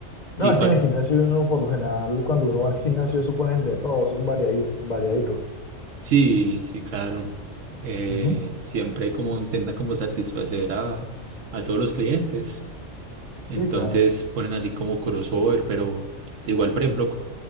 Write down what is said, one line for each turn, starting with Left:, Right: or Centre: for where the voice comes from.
Left: No,
Right: Y
Left: es
Right: cual,
Left: que en el gimnasio uno por lo general, cuando uno va al gimnasio, eso ponen de todo, son variaditos.
Right: sí, sí, claro. Eh,
Left: Ujú.
Right: siempre como intenta como satisfacer a, a todos los clientes.
Left: Sí,
Right: Entonces
Left: claro.
Right: ponen así como crossover, pero igual, por ejemplo,